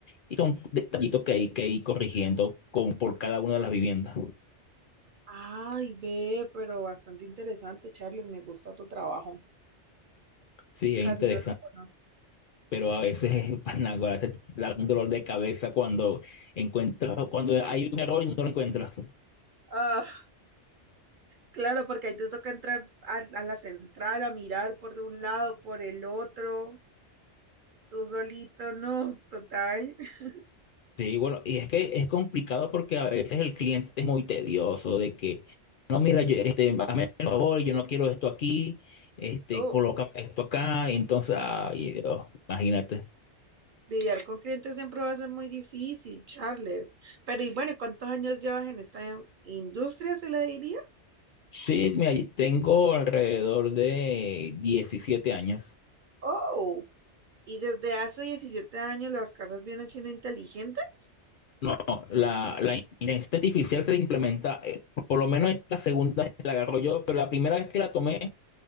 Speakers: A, on the left; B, on the right.
A: Y son detallitos que hay que ir corrigiendo con, por cada una de las viviendas.
B: Ay, ve, pero bastante interesante, Charles, me gusta tu trabajo.
A: Sí, es
B: Casi
A: interesante.
B: no lo conozco.
A: pero a veces es panágora, a veces te da un dolor de cabeza cuando encuentras, cuando hay un error y no lo encuentras.
B: Ah, claro, porque ahí te toca entrar a, a la central, a mirar por un lado, por el otro, tú solito, no, total. <laughs>
A: Sí, bueno, y es que es complicado porque a veces el cliente es muy tedioso de que, no, mira, yo, este, hazme el favor, yo no quiero esto aquí, este,
B: Oh,
A: coloca esto acá, y entonces, ay, Dios, imagínate.
B: lidiar con clientes siempre va a ser muy difícil, Charles. Pero y bueno, ¿cuántos años llevas en esta industria, se le diría?
A: Sí, mira, yo tengo alrededor de 17 años.
B: Oh. Y desde hace 17 años las casas vienen siendo inteligentes.
A: No, la, la inteligencia artificial se implementa, eh, por lo menos esta segunda vez que la agarro yo, pero la primera vez que la tomé